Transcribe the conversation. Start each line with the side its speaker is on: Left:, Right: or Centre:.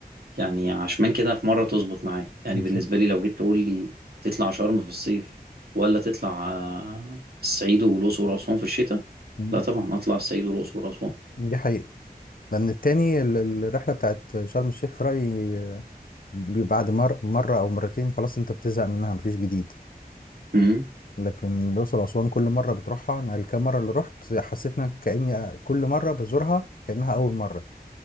Right: يعني عشمان كده في مرة تظبط معايا يعني
Left: إن
Right: بالنسبة
Left: شاء
Right: لي لو جيت تقول لي تطلع شرم في الصيف ولا تطلع آه، الصعيد والأقصر وأسوان في الشتاء
Left: الله.
Right: لا طبعا أطلع الصعيد والأقصر وأسوان
Left: دي حقيقة لأن التاني ال- ال- الرحلة بتاعت شرم الشيخ في رأيي آه، بعد مر مرة أو مرتين خلاص أنت بتزهق منها مفيش جديد
Right: امم
Left: لكن الأقصر وأسوان كل مرة بتروحها أنا الكام مرة اللي رحت حسيت إن كأني كل مرة بزورها كأنها أول مرة